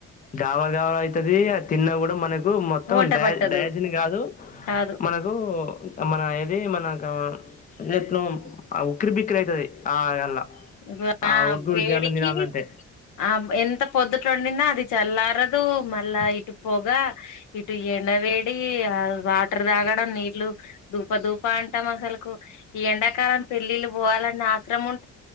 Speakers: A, on the left (about 25°); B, on the left (about 80°).
A: గాబరి గాబరి అయితది అది తి న్న కూడా మనకు మొత్తం
B: వంట
A: డ
B: పట్టదు.
A: డయాజిన్ కాదు
B: కాదు
A: మనకు మన ఏది మనకు నేట్నోం అ ఉక్కిరి బిక్కిరి అయితది ఆ యల్లా
B: వ
A: ఆ ఉడుకు ఉడుకి
B: వేడికి
A: అన్న తినాలంటే
B: ఆ ఎంత పొద్దుట వొండినా అది చల్లారదు మళ్ళా ఇటు పొగ ఇటు ఎండవేడి ఆ వాటర్ తాగడం నీళ్లు దూప దూ ప్ అంటాం అసలుకు ఈ ఎండాకాలం పెళ్ళిళ్లు పోవాలన ఆత్రం ఉం